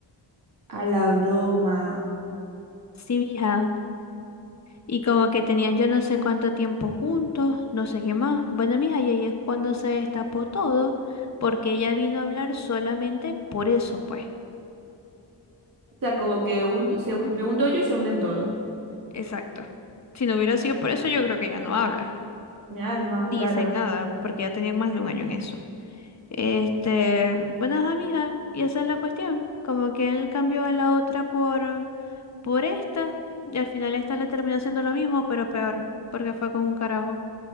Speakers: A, on the right; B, on the left.
A: A la broma.
B: Sí, mija, Y como que tenían yo no sé cuánto tiempo juntos, no sé qué más. Bueno, mija, y ahí es cuando se destapó todo, porque ella vino a hablar solamente por eso, pues.
A: O sea, como que hund- se hun-
B: Mm.
A: me hundo yo y se hunden todos.
B: Exacto. Si no hubiera sido por eso, yo creo que ya no habla.
A: Mi alma,
B: Ni
A: claro.
B: dicen nada, porque ya tenían más de un año en eso. Este, bueno, ajá, mija, y esa es la cuestión. Como que él cambió a la otra por, por esta, y al final esta le terminó haciendo lo mismo, pero peor, porque fue con un carajo.